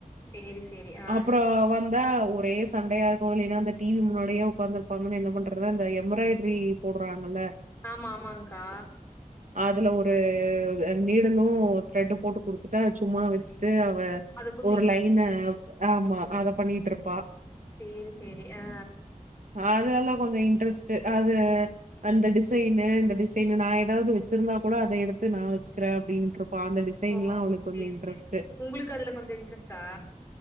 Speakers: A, on the left; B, on the right.
A: சேரி சேரி ஆ
B: அப்பற வந் தா ஒரே சண்டையா இருக்கு இல்லின்னா அந்த டி வி முன்னாடியே உக்காந்து இரு கம்முன்னு என்ன பண்றது அந்த எம்ப்ராய்ட்ரி போட்றாங்கல்ல
A: ஆமா ஆமாங்க்கா
B: அதுல ஒரு நீடலு த்ரெட்டு போட்டு குடுத்துட்டா சும்மா வச்சுட்டு அவ
A: அத குத்தி
B: ஒரு லைன்ன ஆமா அத பண்ணிட்ருப்பா
A: சேரி சேரி அ
B: அதெல்லா கொஞ்சோ இன்ட்ரெஸ்ட்டு அது அந்த டிசைனு இந்த டிஸ் இங்க நா எதாவது வெச்சிர்ந்தா கூட அதை எடுத்து நா வச்சுக்கிறே அப்டின்ட் இருப்பா அந்த டிசைன்லா
A: ஓ
B: அவளுக்கு கொஞ்சோ
A: சேரி
B: இன்ட்ரெஸ்ட்டு
A: சேரி உங்களுக் அதுல கொஞ்ச இன்ட்ரெஸ்ட்டா